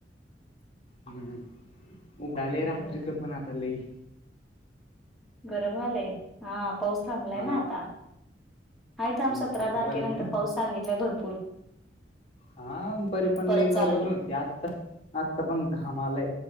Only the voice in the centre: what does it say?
न
गरम व्हलय? हा पाऊस थांबलाय
ना आता हा थांब
सतरा तारखेनंतर
पाऊस सांगितलंय भरपूर.
परत
चालू
होईल